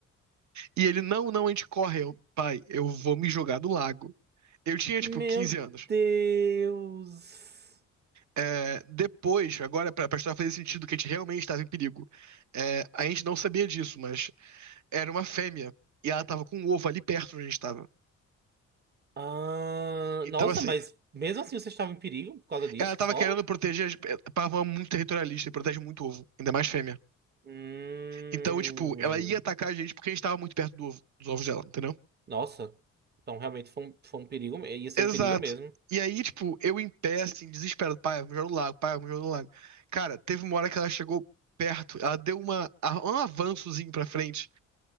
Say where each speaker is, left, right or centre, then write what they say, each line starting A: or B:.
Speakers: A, on the right (about 70°); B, on the right (about 35°).
A: E ele, não, não, a gente corre. Eu, pai, eu vou me jogar no lago. Eu tinha,
B: Meu
A: tipo, 15 anos.
B: Deus.
A: É, depois, agora, pra, pra história fazer sentido que a gente realmente estava em perigo, é, a gente não sabia disso, mas era uma fêmea. E ela tava com um ovo ali perto de onde a gente estava.
B: Ah,
A: Então,
B: nossa,
A: assim,
B: mas mesmo assim você estava em perigo por causa disso,
A: ela tava
B: só?
A: querendo proteger. as- é, Pavão é muito territorialista e protege muito ovo, ainda mais fêmea.
B: Hum,
A: Então, tipo, ela ia atacar a gente porque a gente tava muito perto do ovo, dos ovos dela, entendeu?
B: nossa, então realmente foi um, foi um perigo, me- ia ser
A: Exato.
B: um perigo mesmo.
A: E aí, tipo, eu em pé, assim, desesperado. Pai, vamos jogar no lago, pai, vamos jogar no lago. Cara, teve uma hora que ela chegou perto, ela deu uma, a- um avançozinho pra frente.